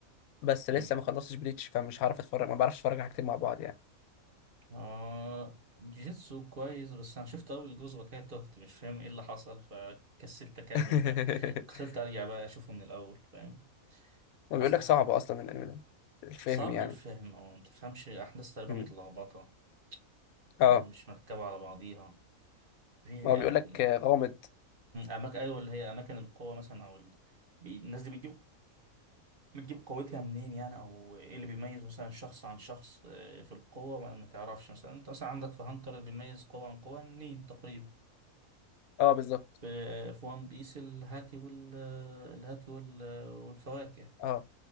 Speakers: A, on the left; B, on the right.
A: بس
B: مم.
A: لسه ما خلصتش بليتش فمش هعرف اتفرج ما بعرفش اتفرج على حاجتين مع بعض يعني
B: آه جيتسو كويس بس أنا شفت أول جزء وكده تهت مش فاهم إيه اللي حصل فكسلت أكمل
A: <laughs>
B: بقى كسلت أرجع بقى أشوفه من الأول فاهم
A: وبيقول
B: أصلا
A: لك صعب اصلا الانمي ده الفهم
B: صعب
A: يعني
B: الفهم أو متفهمش أحداث تقريبا
A: مم.
B: متلخبطة
A: اه
B: يعني مش مركبة على بعضيها في
A: ما
B: يعني
A: هو بيقول لك غامض
B: أماكن أيوة اللي هي أماكن القوة مثلا أو ال... بي- الناس دي بتجيب بتجيب قوتها منين يعني او ايه اللي بيميز مثلا شخص عن شخص آه، في القوة ما ما تعرفش مثلا انت مثلا عندك في هانتر اللي بيميز قوة عن قوة منين تقريبا
A: اه بالظبط
B: في في وان بيس الهاكي وال آه، الهاكي وال آه، والفواكه
A: اه